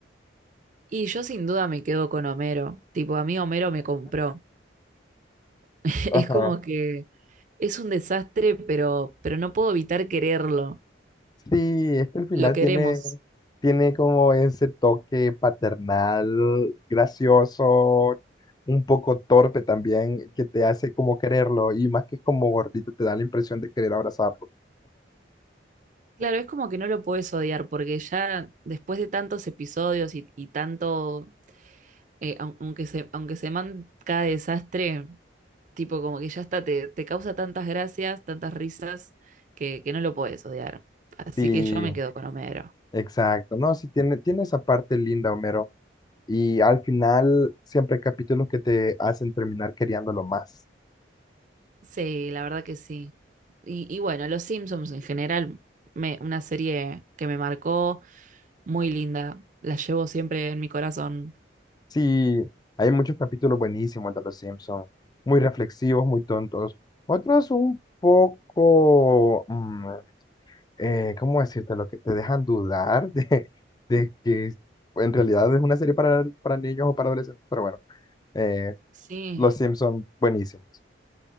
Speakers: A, on the right (about 40°); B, on the left (about 20°).
A: Y yo sin duda me quedo con Homero. Tipo, a mí Homero me compró. <laughs>
B: Ajá.
A: Es como que es un desastre, pero, pero no puedo evitar quererlo.
B: Sí, es que al final
A: Lo queremos.
B: tiene, tiene como ese toque paternal, gracioso, un poco torpe también, que te hace como quererlo y más que como gordito te da la impresión de querer abrazarlo.
A: Claro, es como que no lo puedes odiar porque ya después de tantos episodios y, y tanto, eh, au- aunque se, aunque se manda cada desastre, Tipo, como que ya está, te, te causa tantas gracias, tantas risas, que, que no lo puedes odiar. Así
B: Sí,
A: que yo me quedo con Homero.
B: exacto, ¿no? Sí, tiene, tiene esa parte linda, Homero. Y al final siempre hay capítulos que te hacen terminar queriéndolo más.
A: Sí, la verdad que sí. Y, y bueno, Los Simpsons en general, me, una serie que me marcó, muy linda. La llevo siempre en mi corazón.
B: Sí, hay muchos capítulos buenísimos de Los Simpson muy reflexivos, muy tontos. Otros un poco, mm, eh, ¿cómo decirte? Lo que te dejan dudar de, de que en realidad es una serie para, para niños o para adolescentes, pero bueno, eh,
A: Sí,
B: Los Simpson buenísimos.